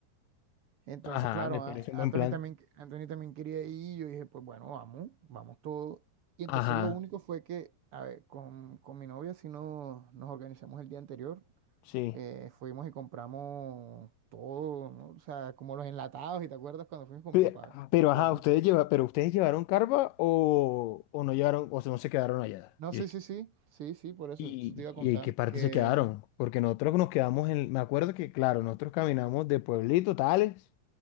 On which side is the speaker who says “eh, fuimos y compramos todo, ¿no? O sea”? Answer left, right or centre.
Right